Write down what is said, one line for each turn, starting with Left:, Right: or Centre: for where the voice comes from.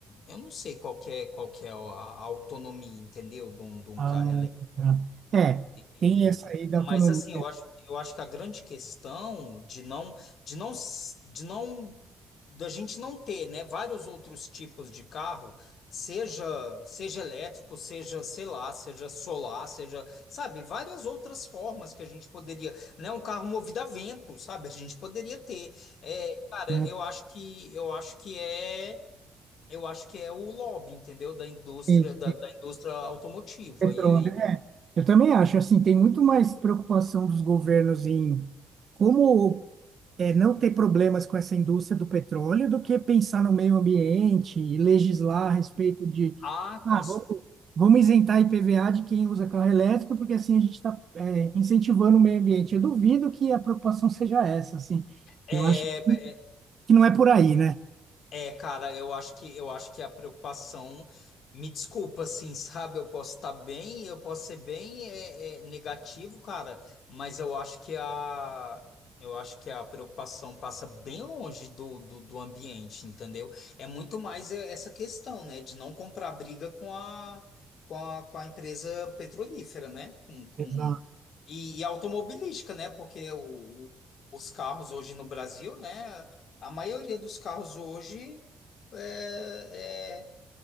Left: Eu não sei qual que é, qual que é a a autonomia, entendeu? De um, de um
Right: Ah,
Left: carro
Right: tá. É,
Left: e,
Right: tem essa aí da autonomia,
Left: mas assim, eu acho, eu acho que a grande questão de não, de não, s- de não, da gente não ter, né, vários outros tipos de carro, seja, seja elétrico, seja, sei lá, seja solar, seja, sabe, várias outras formas que a gente poderia, né, um carro movido a vento, sabe, a gente poderia ter. É, cara,
Right: né?
Left: eu acho que, eu acho que é, eu acho que é o lobby, entendeu, da indústria,
Right: E
Left: da, da indústria automotiva.
Right: petróleo.
Left: E aí,
Right: né? Eu também acho, assim, tem muito mais preocupação dos governos em como é, não ter problemas com essa indústria do petróleo do que pensar no meio ambiente e legislar a respeito de,
Left: ah,
Right: ah,
Left: com
Right: vamos, vamos isentar IPVA de quem usa carro elétrico, porque assim a gente está, incentivando o meio ambiente. Eu duvido que a preocupação seja essa, assim.
Left: É,
Right: Eu acho
Left: é,
Right: que não é por aí, né?
Left: é, cara, eu acho que eu acho que a preocupação, me desculpa, assim, <laughs> sabe? Eu posso estar bem, eu posso ser bem é, é, negativo, cara, mas eu acho que a eu acho que a preocupação passa bem longe do, do, do ambiente, entendeu? É muito mais é, essa questão, né, de não comprar briga com a com a, com a empresa petrolífera, né? Com, com,
Right: Exato.
Left: e, e automobilística, né? Porque o, o- os carros hoje no Brasil, né? A maioria dos carros hoje é,